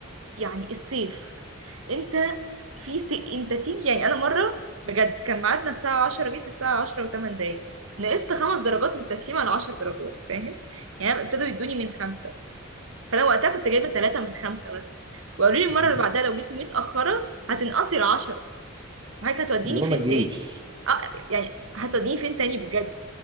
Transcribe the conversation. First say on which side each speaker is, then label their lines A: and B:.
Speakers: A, on the right; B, on the right.
A: يعني السيف انت في سي... انت تيجي يعني انا مرة بجد كان ميعادنا الساعة 10 جيت الساعة 10 و8 دقايق نقصت خمس درجات من التسليم على 10 درجات فاهم يعني ابتدوا يدوني من خمسة فانا وقتها كنت جايبة ثلاثة من خمسة مثلا وقالوا لي المرة
B: <laughs>
A: اللي بعدها لو جيتي متأخرة هتنقصي ال10 فحضرتك هتوديني
B: اللي هو
A: فين
B: ما تجيش
A: تاني اه يعني هتوديني فين تاني بجد